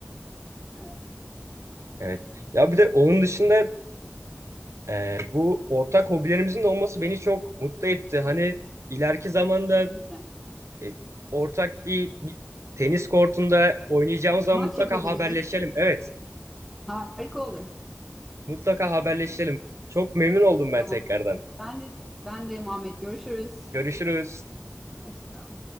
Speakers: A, in the centre; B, on the right (about 85°).
A: Ee,
B: Evet. Ya bir de onun dışında e, bu ortak hobilerimizin de olması beni çok mutlu etti. Hani ileriki zamanda
A: kesinlikle.
B: e, ortak bir, bir tenis kortunda oynayacağımız zaman
A: Maç
B: mutlaka
A: yapabiliriz.
B: haberleşelim. Evet.
A: Harika olur.
B: Mutlaka haberleşelim. Çok memnun oldum ben
A: Tamam.
B: tekrardan.
A: Ben de ben de Muhammed görüşürüz.
B: Görüşürüz.
A: Hoşça kal.